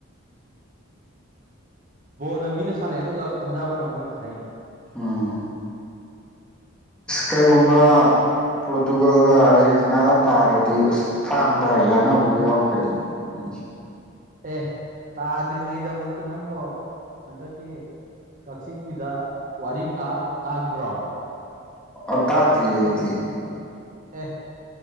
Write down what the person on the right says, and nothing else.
ꯕꯣꯜꯗ ꯃꯤꯅ ꯁꯥꯟꯅꯩ ꯑꯗꯨꯒ ꯈꯟꯅꯅꯕꯅ ꯃꯣꯏꯅ ꯈꯟꯅꯩꯅꯦ
ꯑꯦ ꯇꯥꯗ꯭ꯔꯤꯉꯩꯗꯕꯨꯛꯇ ꯅꯪꯕꯣ ꯍꯟꯗꯛ ꯀꯛꯆꯤꯡꯒꯤꯗ ꯋꯥꯔꯤ ꯑꯃ ꯇꯥꯈꯤꯗ꯭ꯔꯣ
ꯑꯦ